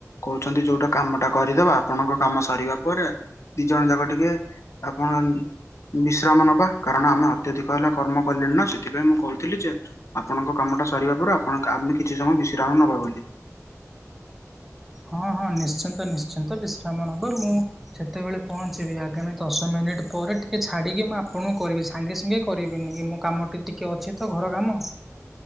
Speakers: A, on the left (about 60°); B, in the centre.
A: କହୁଛନ୍ତି ଯୋଉଟା କାମ ଟା କରିଦବା ଆପଣଙ୍କ କାମ ସରିବା ପରେ ଦି ଜଣ ଯାକ ଟିକେ ଆପଣ ବିଶ୍ରାମ ନବା କାରଣ ଆମେ ଅତ୍ୟଧିକ ହେଲା କର୍ମ କଲେଣି ନା ସେଥିପାଇଁ ମୁଁ କହୁଥିଲି ଯେ ଆପଣଙ୍କ କାମଟା ସରିବା ପରେ ଆପଣ ଆମେ କିଛି ସମୟ ବିଶ୍ରାମ ନବା ବୋଲି।
B: ହଁ ହଁ ନିଶ୍ଚିନ୍ତ ନିଶ୍ଚିନ୍ତ ବିଶ୍ରାମ ନବ ମୁଁ ସେତେବେଳେ ପହଞ୍ଚିବି ଆଗାମୀ ଦଶ ମିନିଟ୍ ପରେ ଟିକେ ଛାଡ଼ିକି ମୁଁ ଆପଣଙ୍କୁ କରିବି ସାଙ୍ଗେ ସାଙ୍ଗେ କରିବିନି ମୁଁ କାମ ଟି ଟିକେ ଅଛି ତ ଘର କାମ।